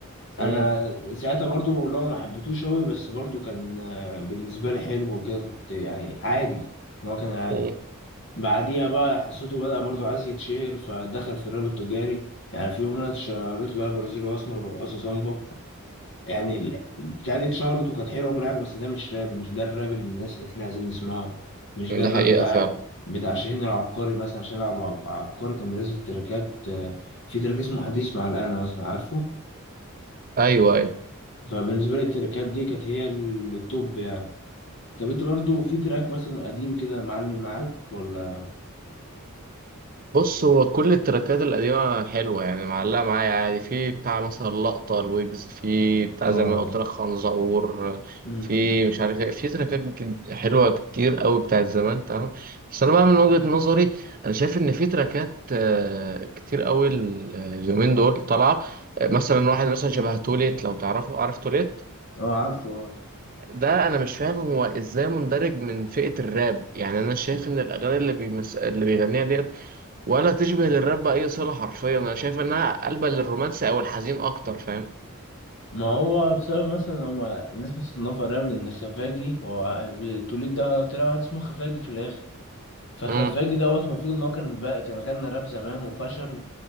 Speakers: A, on the left; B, on the right.
A: انا
B: أمم،
A: ساعتها برضو لو ما حبيتوش قوي بس برضو كان آه، بالنسبه لي حلو وكده كنت يعني عادي ان هو كان عادي
B: أمم،
A: بعديها بقى حسيته بدأ برضو عايز يتشهر فدخل في الراب التجاري يعني في اغنيه اتشهرت له برازيل واسمر برقصه صامبا يعني ال- البتاع دي اتشهرت وكانت حلوه وكل حاجه بس ده مش راب مش ده الراب اللي الناس اللي احنا عايزين نسمعه مش ده
B: ده
A: الراب
B: حقيقة
A: بتاع
B: فعلا
A: بتاع شاهين العبقري مثلا شاهين العب- العبقري كان بينزل تراكات آه، في تراك اسمه حديث مع الأنا مثلا عارفه
B: أيوه أيوه
A: فبالنسبه لي التراكات دي كانت هي ال- التوب يعني طب انت برضو في تراك مثلا قديم كده معلم معاك ولا
B: بص هو كل التراكات القديمة حلوة يعني معلقة معايا عادي في بتاع مثلا لقطة الويجز في بتاع
A: اه
B: زي ما قلت لك خنزقور
A: امم
B: في مش عارف ايه في تراكات جد- حلوة كتير قوي بتاعت زمان تمام بس أنا بقى من وجهة نظري أنا شايف إن في تراكات آه، كتير قوي اليومين دول طالعة آه، مثلا واحد مثلا شبه توليت لو تعرفه عارف توليت
A: اه عارفه آه.
B: ده انا مش فاهم هو ازاي مندرج من فئة الراب يعني انا شايف ان الاغاني اللي بيمس... اللي بيغنيها ديت ولا تشبه للراب بأي صلة حرفيا أنا شايف إنها قلبة للرومانسي أو الحزين أكتر فاهم
A: ما هو بسبب مثلا هما الناس بتصنفها راب لان خفاجي هو التوليد ده طلع واحد اسمه خفاجي في الاخر فخفاجي
B: امم
A: دوت المفروض ان هو كان بقى كان غنى راب زمان وفشل